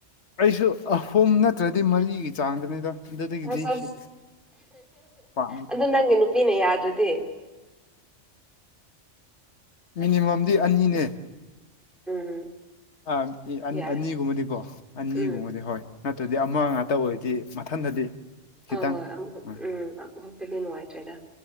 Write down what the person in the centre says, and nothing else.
ꯑꯁ ꯑꯁ
ꯑꯗꯨ ꯅꯪꯒꯤ ꯅꯨꯄꯤꯅ ꯌꯥꯗ꯭ꯔꯗꯤ
ꯎꯝ
ꯌꯥꯏ
ꯎꯝ
ꯍꯣꯏ ꯍꯣꯏ ꯑꯃ
ꯎꯝ ꯑꯃꯈꯛꯇꯨꯗꯤ ꯅꯨꯡꯉꯥꯏꯇ꯭ꯔꯦꯗ